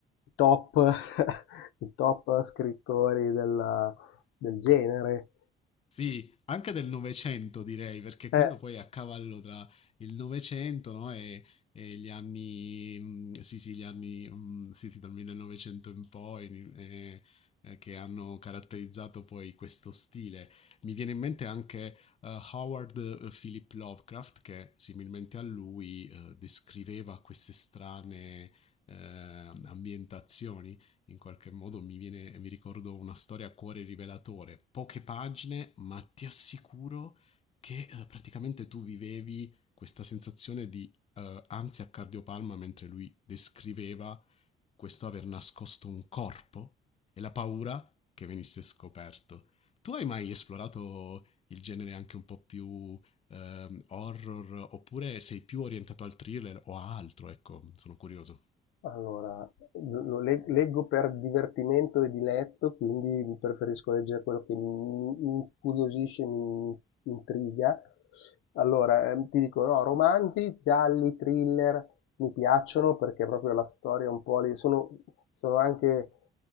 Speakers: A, on the left; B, on the left.
A: top, <laughs> i top scrittori della- del genere.
B: Sì, anche del Novecento direi, perché quello
A: Eh,
B: poi è a cavallo tra il Novecento, no, e, e gli anni, mm, sì sì, gli anni, mm, sì sì, dal 1900 in poi, eh, eh, che hanno caratterizzato poi questo stile. Mi viene in mente anche eh, Howard eh, Philip Lovecraft, che similmente a lui eh, descriveva queste strane eh, ambientazioni in qualche modo mi viene, mi ricordo una storia a cuore rivelatore, poche pagine, ma ti assicuro che eh, praticamente tu vivevi questa sensazione di eh, ansia a cardiopalma mentre lui descriveva questo aver nascosto un corpo e la paura che venisse scoperto. Tu hai mai esplorato il genere anche un po' più eh, horror oppure sei più orientato al thriller o a altro? Ecco, sono curioso.
A: Allora, lo lo le leggo per divertimento e diletto, quindi preferisco leggere quello che mi mi incuriosisce, mi mi intriga. Allora, ehm, ti dico, no, romanzi, gialli, thriller, mi piacciono perché proprio la storia un po' lì, sono, sono anche